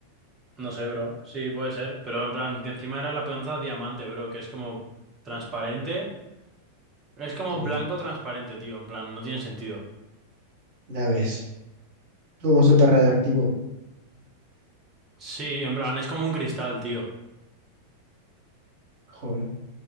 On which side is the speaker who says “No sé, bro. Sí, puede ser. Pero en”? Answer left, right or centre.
Right